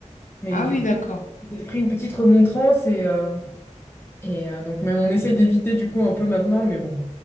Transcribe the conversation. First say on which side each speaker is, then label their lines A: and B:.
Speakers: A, on the left (about 20°); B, on the left (about 75°).
A: mais
B: Ah
A: du
B: oui,
A: coup,
B: d'accord.
A: si j'ai pris une petite remontrance et, euh, et euh, donc, mais on essaye d'éviter, du coup, un peu maintenant, mais bon.